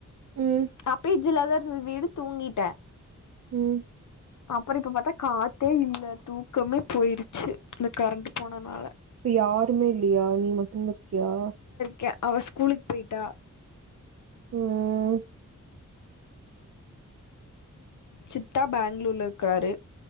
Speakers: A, on the right (about 50°); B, on the left (about 70°).
A: ம்
B: அப்பயு ஜில்லாதா இருந்து வீடு தூங்கிட்டே
A: ம்
B: அப்புறோ இப்ப பாத்தா காத்தே இல்ல தூக்கமே போயிருச்சு இந்த கரண்ட் போனனால
A: இப்ப யாருமே இல்லையா நீ மட்டுந்தா இருக்கியா
B: க அவ ஸ்கூலுக்கு போய்ட்டா
A: ம்
B: சித்தா பேங்ளூர்ல இருக்காரு